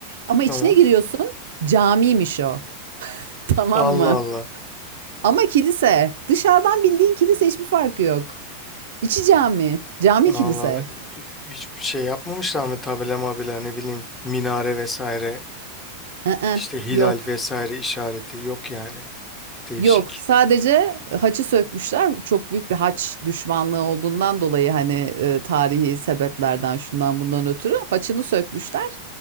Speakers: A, on the right (about 60°); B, on the left (about 15°).
A: Ama
B: tamam.
A: içine giriyorsun, camiymiş o. <laughs> Tamam
B: Allah
A: mı?
B: Allah.
A: Ama kilise. Dışarıdan bildiğin kilise hiçbir farkı yok. İçi cami, cami
B: Allah
A: kilise.
B: Allah. Hiçbir şey yapmamışlar mı tabela mabela ne bileyim minare vesaire
A: Iı,
B: işte hilal
A: yok.
B: vesaire işareti yok yani. Değişik.
A: Yok, sadece e, haçı sökmüşler. Çok büyük bir haç düşmanlığı olduğundan dolayı hani e, tarihi sebeplerden şundan bundan ötürü haçını sökmüşler.